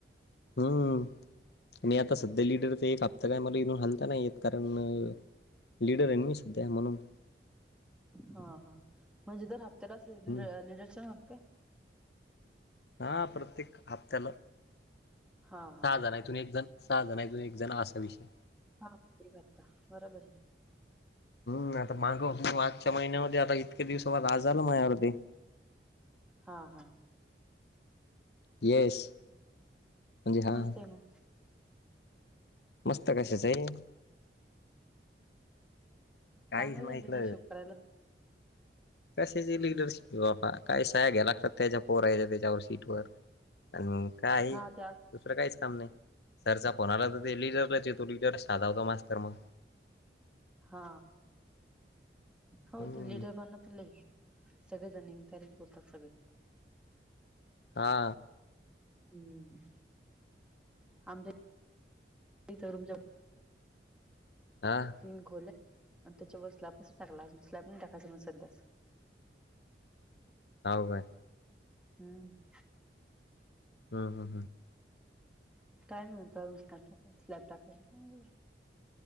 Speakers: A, on the left; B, in the centre.
A: हम्म आणि आता सध्या लिडर तर एक हप्ता काय मला इथून हालता नाही येत कारण लिडर आहे मी सध्या म्हणून
B: हा हा म्हणजे, दर हप्त्याला
A: हम्म
B: लिडर चे हप्ते
A: हा प्रत्येक हप्त्याला
B: हा हा
A: सहा जण हायत. अजून एक जण सहा जणथून एक जण असा विषय
B: हा ते करता बरोबर आहे.
A: हम् आता माग म आजच्या महिन्यामध्ये आता इतके दिवस वा आ झाला माझ्या अवरी
B: हा हा
A: येस म्हणजे हां
B: मस्त आहे मग
A: मस्त कशाच आहे? काहीच
B: चांगलं
A: मयतल
B: आहे ना लिडरशिप करायला
A: कशाची लिडरशिप बाबा काय सहा घ्या लागतात त्याच्या पोरायच्या त्याच्यावर सीट वर आणि मग का आहे
B: हा
A: दुसरं
B: त्या
A: काहीच काम नाही सरचा फोनला तर ते लिडरलाच तो लीडर साधा होता मास्तर मग
B: हा हो
A: हम्म.
B: ते लिडर बण पणलय सगळेजण येऊन त्यारीच बोलतात सगळे
A: हा
B: हम्म आमच्या तरून जब
A: आह
B: तीन खोले आणि त्याच्यावर स्लॅबच टाकला स्लॅब टाकायचं म्हण सध्या
A: का उगय <unintelligible>
B: हम्
A: हा हा
B: टाईम होता काल स्लॅब टाकायला.